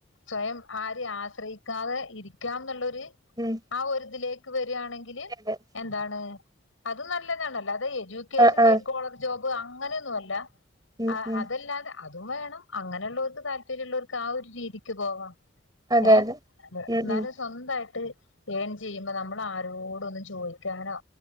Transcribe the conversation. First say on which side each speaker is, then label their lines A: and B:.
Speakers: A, on the left (about 85°); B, on the right (about 20°).
A: സ്വയം ആരിം ആശ്രയിക്കാതെ ഇരിക്കാം ന്ന്ള്ളൊര്
B: ഉം
A: ആ ഒര് ഇതിലേക്ക് വെരാണെങ്കില്
B: അതെ
A: എന്താണ് അത് നല്ലതാണല്ലൊ അത് എജു ക്കേഷൻ
B: ആ ആ
A: വൈ കോളർ ജോബ് അങ്ങനെയൊന്നു അല്ല
B: ഉം
A: അ
B: ഉം
A: അതല്ലാതെ അതും വേണം അങ്ങനെയുള്ളവർക്ക് താല്പര്യ ഉള്ളോർക്ക് ആ ഒര് രീതിക്ക് പോവാ
B: അതെ
A: ഏഹ്
B: അതെ ഉം
A: ഇന്നാലും
B: ഉം
A: സ്വന്തായിട്ട് ഏൺ ചെയ്യുമ്പോ നമ്മള് ആരോടൊന്നും ചോയ്ക്കാനോ